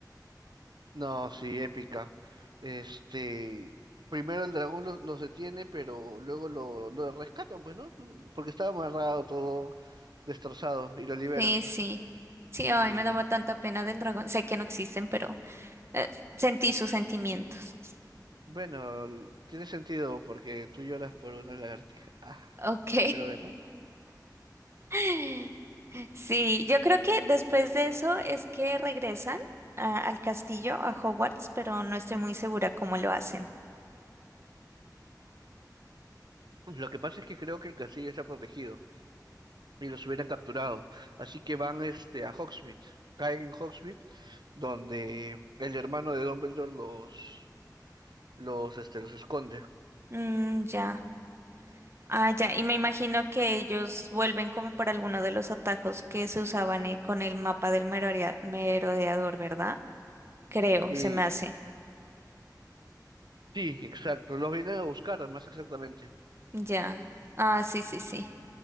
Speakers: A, on the right; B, on the right.
A: No, sí, épica. Este, primero el dragón los, los detiene, pero luego lo, lo rescatan, pues, ¿no? Porque estaba amarrado todo destrozado y lo liberan.
B: Sí, sí. Sí, ay,
A: Sí.
B: me daba tanta pena del dragón. Sé que no existen, pero eh, sentí sus sentimientos.
A: Bueno, l- tiene sentido porque tú lloras por una lagartija. Ah,
B: Ok.
A: pero bueno,
B: <laughs> Sí, yo creo que después de eso es que regresan a- al castillo, a Hogwarts, pero no estoy muy segura cómo lo hacen.
A: lo que pasa es que creo que el castillo está protegido. y los hubieran capturado. Así que van este, a Hogsmeade, caen en Hogsmeade, donde el hermano de Dumbledore los, los, este, los esconde.
B: Mm, ya. Ah, ya. Y me imagino que ellos vuelven como por alguno de los atajos que se usaban eh, con el mapa del merorea- merodeador, ¿verdad? Creo,
A: Y
B: se me hace.
A: sí, exacto, los vienen a buscar, más exactamente.
B: Ya. Ah, sí, sí, sí.